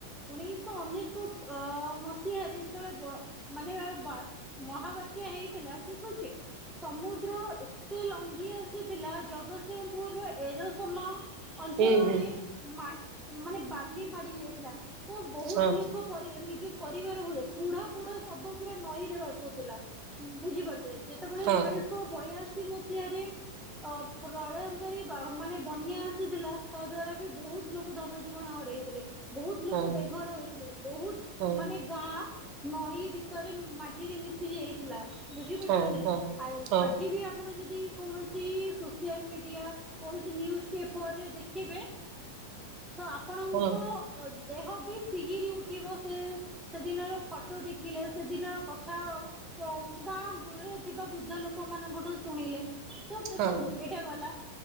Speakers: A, in the centre; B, on the right.
A: ଉଣେଇଶହ ଅନେଶୋତ ମ ସିହାରେ ଯେତେବେଳେ ବ ମାନେ ବା ମହାବାତ୍ୟା ହେଇଥିଲା ଠିକ ଅଛି। ସମୁଦ୍ର ଏତେ ଲଙ୍ଘି ଆସିଥିଲା ଜଗତସିଂହପୁର୍ ର ଏରୋସମା ଅଞ୍ଚଳରେ
B: ହୁଁ ହୁଁ
A: ମାଟ୍ ମାନେ ବାଲି ମାଡି ଯାଇଥିଲା। ତ ବହୁତ୍‌
B: ହଁ
A: ଲୋକ ପରିବାର ନିଜ ପରିବାର ହୁଏ କୁଢ କୁଢ ସବ ପୁରା ନଈରେ ଭାସୁଥିଲା ବୁଝି ପାରୁଥିବେ। ସେତେବେଳେ
B: ହଁ
A: ଉଣେଇଶହ ବୟାଅଶୀ ମସିହାରେ ଅ ପ୍ରଳୟଙ୍କାରୀ ବା ମାନେ ବନ୍ୟା ଆସିଥିଲା ତା ଦ୍ଵାରା ବି ବହୁତ ଲୋକ ଧନ ଜୀବନ ହରେଇଥିଲେ। ବହୁତ
B: ହଁ
A: ଲୋକ ବେଘର ହେଥିଲେ। ବହୁତ
B: ହଁ
A: ମାନେ ଯାହା ନଈ ଭିତରେ ମାଟିରେ ମିଶି ଯାଇଥିଲା। ବୁଝି ପାରୁଚନ୍ତି
B: ହଁ
A: ନା?
B: ହଁ
A: ଆ ଆଜି
B: ହଁ।
A: ବି ଆପଣ ଯଦି କୌଣସି ସୋସିଆଲ ମିଡିଆ କୌଣସି ନିୟୁଜ ପେପର ରେ ଦେଖିବେ, ତ ଆପଣ
B: ହଁ।
A: ଙ୍କ ଅ ଦେହ ବି ସିହିରି ଉଠିବ ସେ ସେଦିନର ଫଟୋ ଦେଖିଲେ, ସେଦିନର କଥା ଗାଁ <unintelligible> ଥିବା ବୃଦ୍ଧ ଲୋକ ମାନଙ୍କଠୁ ଶୁଣିଲେ, ତ ଦେଖନ୍ତୁ
B: ହଁ
A: ଏଇଟା ଗଲା।